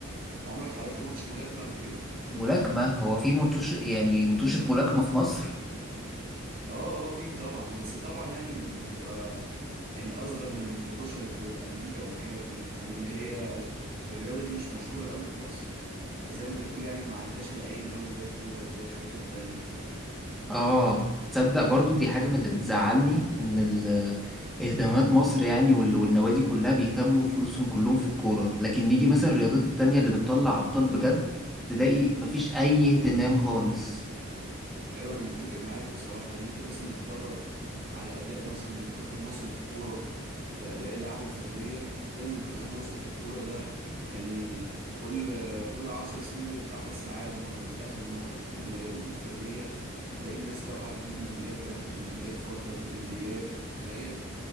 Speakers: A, on the right (about 45°); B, in the centre.
A: عمرك حضرت ماتش ملاكمة قبل كده
B: ملاكمة هو في متوش يعني متوشة ملاكمة في مصر
A: اه اه في طبعا بس طبعا يعني بتبقى يعني اصغر من المطوشة اللي بتبقى في امريكا والحاجات دي يعني اللي هي الرياضة دي مش مشهورة قوي في مصر فزي ما تقول يعني ما عليهاش العين قوي زي الكورة وزي الحاجات التانية
B: اه تصدق برضو دي حاجة من اللي بتزعلني ان ال- اهتمامات مصر يعني وال- والنوادي كلها بيهتموا فلوسهم كلهم في الكورة لكن نيجي مثلا الرياضات التانية اللي بتطلع ابطال بجد تلاقي مفيش اي اهتمام خالص
A: ايوه انا متفق معاك بصراحه ان انت مثلا اتفرج على اداء مثلا منتخب مصر في الكوره واداء اللاعب الفرديه هتلاقي منتخب مصر في الكوره ده يعني كل كل عشر سنين بيطلع كاس العالم مره بيتاهل مره انما الرياضات الفرديه تلاقي الناس طالعه تجيب ميداليات ذهب وميداليات فضه في الاولمبياد تخيل